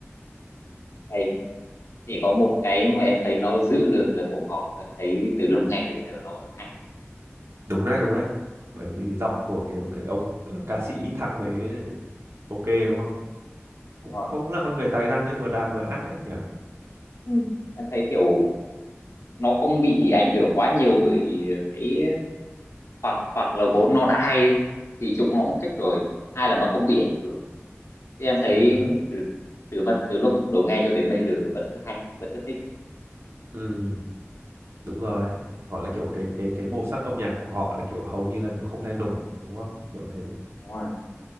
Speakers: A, on the left (about 75°); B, on the right (about 65°).
A: hay chỉ có một cái mà em thấy nó giữ được là cuồng họt thôi thấy từ lúc nghe đến giờ nó vẫn hay
B: đúng đấy đúng đấy bởi vì giọng của kiểu cái ông ờ, ca sĩ thằng
A: đúng
B: đấy
A: Ừ,
B: ok đúng không cũng
A: rồi
B: cũng là con người tài năng đấy vừa đàn vừa hát đấy nhỉ
A: ừ. em thấy kiểu nó không bị ảnh hưởng quá nhiều bởi cái hoặc hoặc là vốn nó đã hay thì chúng nó cũng thích rồi hai là nó không bị ảnh hưởng Thì em thấy
B: ừ hứ,
A: từ từ bắt từ lúc đầu nghe cho đến bây giờ vẫn cứ hay vẫn cứ thích
B: ừ đúng rồi gọi là kiểu cái cái cái màu sắc âm nhạc của họ là kiểu hầu như là kiểu không thay đổi đúng không kiểu thế
A: Đúng rồi.